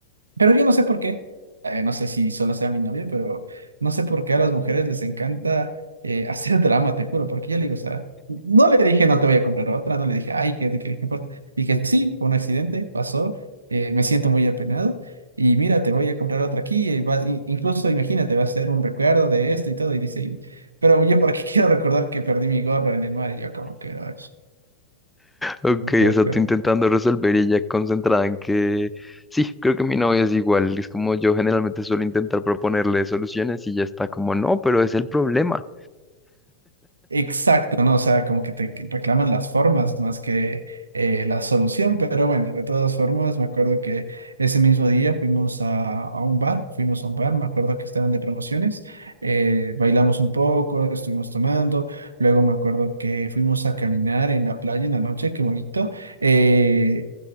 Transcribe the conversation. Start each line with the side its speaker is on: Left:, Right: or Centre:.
Right: Pero yo no sé por qué, eh, no sé si solo sea mi novia, pero no sé por qué a las mujeres les encanta eh, <laughs> hacer drama, te juro, porque yo le digo, o sea, no le dije no te voy a comprar otra, no le dije, ay, ¿qué, qué, qué importa? Dije, sí, fue un accidente, pasó, eh, me siento muy apenado y mira, te voy a comprar otra aquí, y va- in- incluso imagínate, va a ser un recuerdo de esto y todo, y dice, "Y- pero yo por qué <laughs> quiero recordar que perdí mi gorra en el mar y yo como que, ay,
Centre: Ok,
Right: no puedo
Centre: o sea,
Right: creer".
Centre: tú intentando resolver y ella concentrada en que sí, creo que mi novia es igual. Es como yo generalmente suelo intentar proponerle soluciones y ya está como, no, pero es el problema.
Right: Exacto, ¿no? O sea, como que te reclaman las formas más que eh, la solución, pero bueno, de todas formas, me acuerdo que ese mismo día fuimos a, a un bar, fuimos a un bar, me acuerdo que estaban de promociones, eh, bailamos un poco, estuvimos tomando, luego me acuerdo que fuimos a caminar en la playa en la noche, qué bonito, eh,